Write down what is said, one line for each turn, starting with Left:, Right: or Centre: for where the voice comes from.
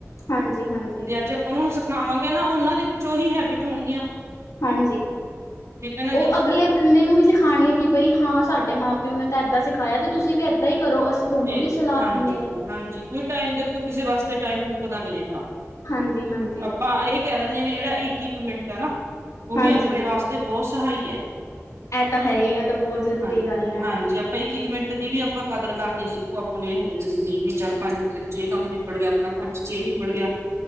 Left: ਹਾਂਜੀ ਹਾਂਜੀ
Right: ਜੇ ਅੱਜ ਉਹਨਾਂ ਨੂੰ ਸਿਖਾਵਾਂਗੇ ਨਾ ਉਹਨਾਂ ਦੇ ਵਿੱਚੋਂ ਹੀ ਹੈਬਿਟ ਹੋਣਗੀਆਂ
Left: ਹਾਂਜੀ
Right: ਠੀਕ ਹੈ ਨਾ ਜੀ
Left: ਓਹ ਅਗਲੇ ਬੰਦੇ ਨੂੰ ਵੀ ਸਿਖਾਣਏ ਕਿ ਬਈ ਹਾਂ ਸਾਡੇ ਮਾਂ ਪਿਓ ਨੇ ਤਾਂ ਏਦਾਂ ਸਿਖਾਇਆ ਤੇ ਤੁਸੀਂ ਵੀ ਏਦਾਂ ਹੀ ਕਰੋ ਅਸੀਂ ਤੁਹਾਨੂੰ
Right: ਇਹ
Left: ਵੀ ਸਲਾਹ
Right: ਹਾਂਜੀ-ਹਾਂਜੀ
Left: ਦਿੰਦੇ ਹਾਂ
Right: ਕੁਛ ਟਾਈਮ ਦੇਖੋ ਕਿਸੇ ਵਾਸਤੇ ਟਾਈਮ ਰੁਕਦਾ ਨੀ ਹੈਗਾ
Left: ਹਾਂਜੀ ਹਾਂਜੀ
Right: ਆਪਾਂ ਇਹ ਕਹਿ ਦਿੰਦੇ ਵੀ ਜਿਹੜਾ ਇੱਕ-ਇੱਕ ਮਿੰਟ ਹੈ ਨਾ ਓਹ
Left: ਹਾਂਜੀ
Right: ਵੀ ਆਪਣੇ ਵਾਸਤੇ ਬਹੁਤ ਸਹਾਈ ਹੈ
Left: ਇਹ ਤਾਂ ਹੈ ਹੀ ਆ ਤਾਂ ਬਹੁਤ ਜ਼ਰੂਰੀ
Right: ਹਾਂ
Left: ਗੱਲ ਹੈ
Right: ਹਾਂਜੀ ਇੱਕ-ਇੱਕ ਮਿੰਟ ਦੀ ਵੀ ਆਪਾਂ ਕਦਰ ਕਰਨੀ ਸਿੱਖੋ ਆਪਾਂ ਨੂੰ ਇਹ ਹੋ ਜਾਂਦੇ ਵੀ ਨਹੀਂ ਵੀ ਚੱਲ ਪੰਜ ਮਿੰਟ ਦੇ ਵਿੱਚ ਇਹ ਕੰਮ ਨਿਬੜ ਗਿਆ ਆਪਣਾ ਪੰਜ ਚ ਇਹ ਨਿਬੜ ਗਿਆ